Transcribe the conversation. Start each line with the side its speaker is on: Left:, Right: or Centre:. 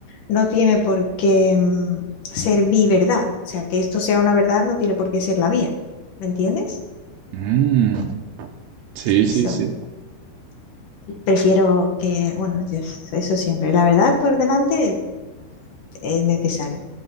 Left: no tiene por qué mm, ser mi verdad. O sea, que esto sea una verdad no tiene por qué ser la mía. ¿Me entiendes?
Right: Mm, sí,
Left: Eso.
Right: sí, sí.
Left: Prefiero que, bueno, yo- eso siempre. La verdad por delante es necesario,